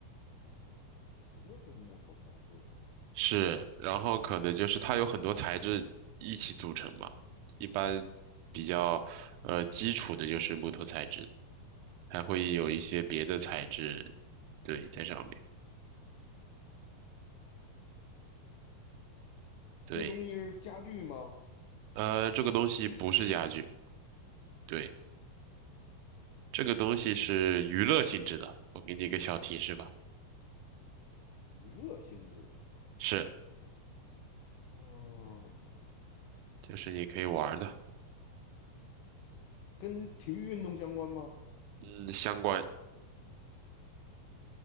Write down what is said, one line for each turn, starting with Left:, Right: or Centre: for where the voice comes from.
Left: 多是木头材质的。
Right: 是，然后可能就是它有很多材质一起组成嘛，一般比较呃基础的就是木头材质的还会有一些别的材质，对，在上面，对，
Left: 这东西是家具吗？
Right: 呃，这个东西不是家具。对，这个东西是娱乐性质的，我给你一个小提示吧，
Left: 娱乐性质的。
Right: 是，
Left: 嗯，
Right: 就是你可以玩儿的，
Left: 跟体育运动相关吗？
Right: 嗯，相关，